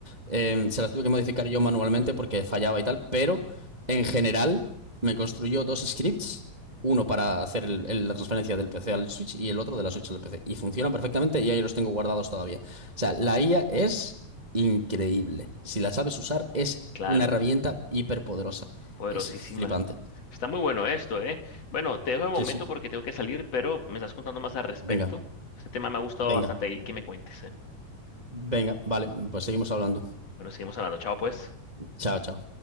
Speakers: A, on the right (about 15°); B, on the left (about 50°).
A: Eh, se las tuve que modificar yo manualmente porque fallaba y tal, pero en general me construyó dos scripts, uno para hacer el- el- la transferencia del PC al Switch y el otro de la Switch al PC. Y funcionan perfectamente y ahí los tengo guardados todavía. O sea, la IA es increíble. Si la sabes usar, es
B: claro.
A: una herramienta hiperpoderosa.
B: Poderosísima.
A: Es flipante.
B: Está muy bueno esto, ¿eh? Bueno, te dejo de momento
A: Sí, sí.
B: porque tengo que salir, pero me estás contando más al respecto.
A: Venga,
B: Este tema me ha gustado
A: venga,
B: bastante ahí que me cuentes, ¿eh?
A: venga. Vale, pues seguimos hablando.
B: Bueno, seguimos hablando. Chao, pues.
A: Chao, chao.